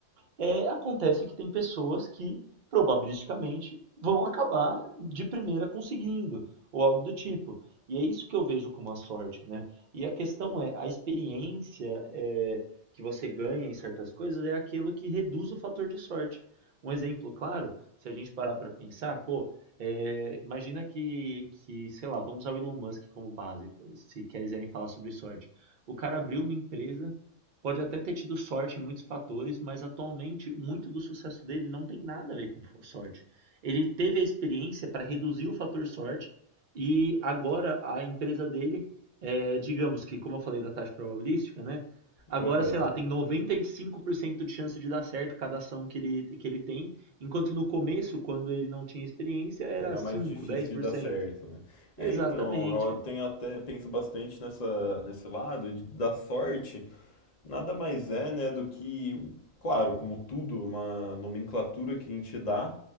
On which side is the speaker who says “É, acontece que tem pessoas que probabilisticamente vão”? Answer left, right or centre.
Right